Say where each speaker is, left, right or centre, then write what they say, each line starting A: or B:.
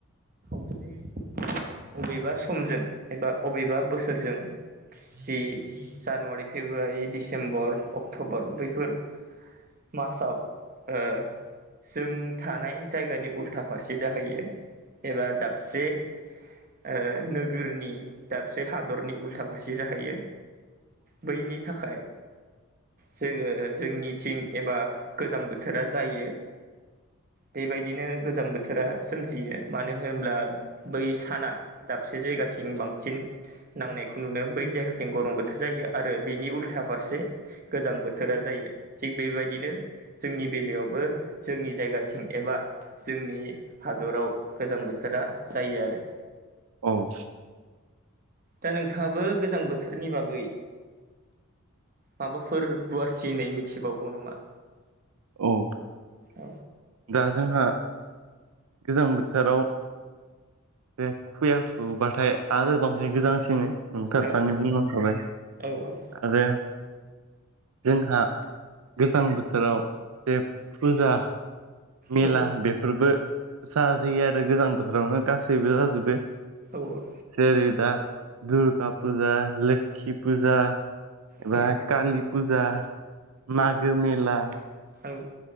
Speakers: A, on the right; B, on the right.
A: खावसे बबेबा समजों एबा बबेबा बोसोरजों जि जानुवारि फेब्रुवारि डिसेम्बर अक्ट'बर बैफोर मासाव ओ जों थानाय जायगानि उल्था फारसे जाहैयो एबा दाबसे ओ नोगोरनि दाबसे हादरनि उल्था फारसे जाहैयो बैनि थाखाय जोङो जोंनिथिं एबा गोजां बोथोरा जायो
B: <inaudible>
A: बेबायदिनो गोजां बोथोरा सोमजियो मानो होनब्ला बै साना दाबसे जायगा बांसिन नांनायखौ नुनो बै जायगाथिं गरम बोथोर जायो आरो बेनि उल्था फारसे गोजां बोथोरा जायो थिग बेबाय दिनो जोंनि बेलायावबो जोंनि जायगाथिं एबा जोंनि हादराव गोजां बोथोरा जायो आरो।
B: औ
A: दा नोंथाङाबो गोजां बोथोरनि बागै माबाफोर गुवारसिनै मिथिबावगौ नामा?
B: औ
A: औ
B: दा जोंहा गोजां बोथोराव बे खुया खुबाथाय आरो बांसिन गोजांसिनो। नोंथाङा
A: औ
B: दानि बुंलांखाबाय
A: औ
B: आरो। जोंहा गोजां बोथोराव जे फुजा मेला
A: औ
B: बेफोरबो जा जायो आरो गोजां बोथोरावनो गासैबो जाजोबो।
A: औ औ
B: जेरै दा दुर्गा फुजा लोखि फुजा एबा
A: जोंहा
B: कालि फुजा मागो मेला
A: औ